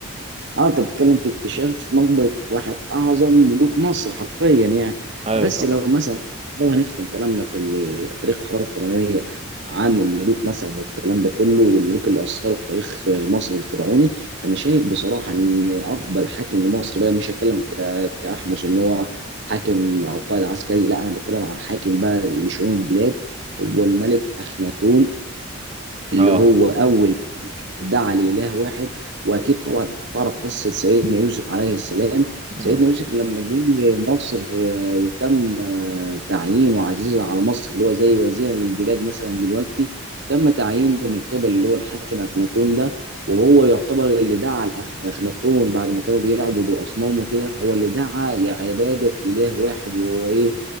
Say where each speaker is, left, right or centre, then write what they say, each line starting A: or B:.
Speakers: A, on the right (about 55°); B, on the right (about 30°).
A: اه انت بتتكلم في اكتشاف مقبرة واحد اعظم ملوك مصر حرفيا يعني
B: ايوه
A: بس
B: طبعا
A: لو مثلا لو هنختم كلامنا في ال- تاريخ الحضاره الفرعونيه عن الملوك مثلا والكلام ده كله والملوك اللي اثروا في تاريخ مصر الفرعوني انا شايف بصراحه ان افضل حاكم لمصر بقى مش هتكلم ك- كاحمس ان هو حاكم او قائد عسكري لا انا بتكلم عن حاكم بقى لشؤون البلاد هو الملك اخناتون اللي
B: اه
A: هو اول دعا لإله واحد وأكيد طبعا تعرف قصة سيدنا يوسف عليه السلام
B: بسم
A: سيدنا يوسف
B: الله.
A: لما جه مصر آه، وتم آه، تعيينه عزيز على مصر اللي هو زي وزير للبلاد مثلا دلوقتي تم تعيينه من قبل اللي هو الحاكم أخناتون ده وهو يعتبر اللي دعا لأخ- أخناتون بعد ما كانوا بيعبدوا أصنام وكده هو اللي دعا لعبادة إله واحد وهو إيه